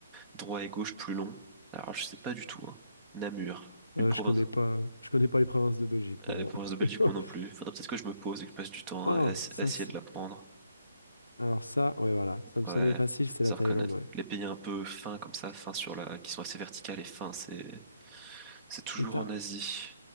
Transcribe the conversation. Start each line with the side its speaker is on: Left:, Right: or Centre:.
Right: droit et gauche plus long. Alors, je sais pas du tout, hein. Namur,
Left: euh,
Right: une province.
Left: je connais pas, je connais pas les provinces de Belgique, moi.
Right: Euh, les provinces de Belgique,
Left: hein.
Right: moi non plus.
Left: <laughs>
Right: Faudrait peut-être que je me pose et que je passe du temps
Left: Oh,
Right: à, ess-
Left: ça
Right: à essayer
Left: c'est.
Right: de l'apprendre.
Left: Alors ça, ouais, voilà. Ça me
Right: Ouais,
Left: semblait facile, c'est
Right: ça
Left: la Thaïlande,
Right: reconnaît.
Left: ouais.
Right: Les pays un peu fins comme ça, fins sur la, qui sont assez verticales et fins, c'est, c'est toujours
Left: État
Right: en Asie.